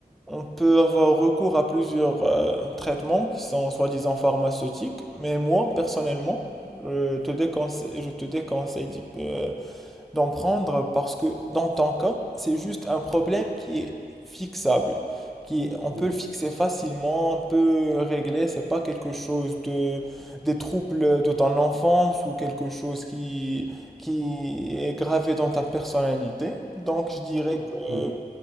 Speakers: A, in the centre; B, on the right (about 80°).
A: on peut avoir recours à plusieurs euh, traitements qui sont soi-disant pharmaceutiques, mais moi, personnellement, je te déconseille, je te déconseille d'y- euh, d'en prendre parce que dans ton cas, c'est juste un problème
B: Oui.
A: qui est fixable, qui est- on
B: Oui.
A: peut le fixer facilement, on peut le régler, c'est pas quelque chose de des troubles de ton enfance ou quelque chose qui qui est gravé dans ta personnalité. Donc je dirais que
B: Oui.